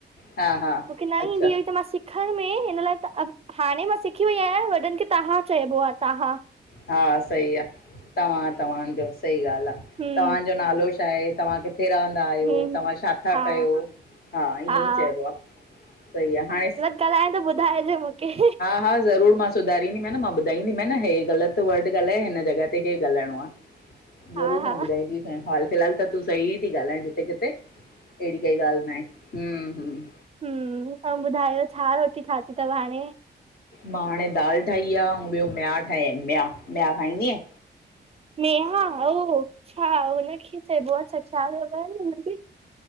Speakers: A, on the left; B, on the right.
A: हा हा
B: मुखे न
A: अच्छा
B: ईंदी हुई त मां सिख खंण में हिन लाए त, हाणें मां सिखी वई आहियां वॾनि खे तहां चइबो आ तहां
A: हा सही आ, तव्हां, तव्हांजो सही ॻाल्हि आ
B: हम्म
A: तव्हांजो नालो छा हे, तव्हां किथे रहंदा - आहियो,
B: हम्म
A: तव्हां छा था
B: हा
A: कयो, हा ईअं
B: हा
A: ई चइबो आ, सही आ हाणे सि
B: ॻाल्हाएं त ॿुधाइजो मुखे।
A: हा ज़रूर मां सुधारींदी मै न मां ॿुधाईंदी मैं न, हे ग़लति वर्ड ॻाल्हायए हिन जॻह ते हे ॻालाइणो आ। ज़रूर
B: हा हा
A: मां ॿुधाई दी संए, हाल फिलहाल त तूं सही ती ॻाल्हाए जिथे किथे। ऐड़ी काई ॻाल्हि ना हे हुम्म -हुम्म
B: हुम्म अऊं, ॿुधायो छा रोटी ठाती तव हाणें?
A: मां हाणे दाल ठाही आ, ऐं ॿियो मिया ठाहिया मियाआ, मियाआ खाईंदी आईं?
B: मेहा ओ छा हुनखे चइबो आ छा छा चएबो आ हुनखे?